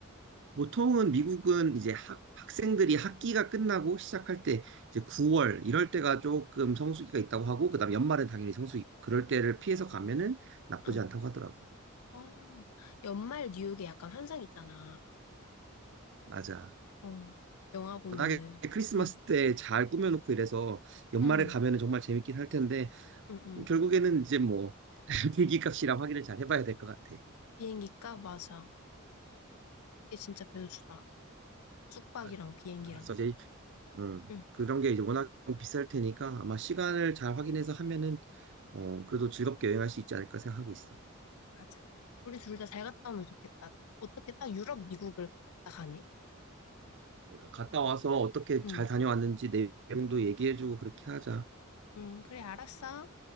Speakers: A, on the right; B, on the left.
A: 보통은 미국은 이제 학, 학생들이 학기가 끝나고 시작할 때 이제 9월 이럴 때가 조금 성수기가 있다고 하고 그다음 연말은 당연히 성수기 그럴 때를 피해서 가면은 나쁘지
B: 응.
A: 않다고 하더라고.
B: 아, 연말 뉴욕에 약간 환상 있잖아.
A: 맞아.
B: 응 영화 보면은.
A: 워낙에 크리스마스
B: 응,
A: 때 잘 꾸며놓고 이래서 연말에
B: 응,
A: 가면은 정말 재밌긴 할 텐데
B: 응, 응.
A: 결국에는 이제 뭐 <laughs> 비기값이랑 확인을 잘 해봐야 될 것 같아.
B: 비행기 값 맞아. 이게 진짜 변수다. 숙박이랑
A: 맞아.
B: 비행기랑.
A: 그래서 이제 음,
B: 응.
A: 그런 게 이제 워낙 비쌀 테니까 아마 시간을 잘 확인해서 하면은 어, 그래도 즐겁게 여행할 수 있지 않을까 생각하고 있어.
B: 맞아. 우리 둘 다 잘 갔다 오면 좋겠다. 어떻게 딱 유럽, 미국을 다 가네?
A: 그러니까 갔다 와서 어떻게
B: 응,
A: 잘 다녀왔는지 내용도 얘기해주고 그렇게 하자.
B: 응, 그래, 알았어.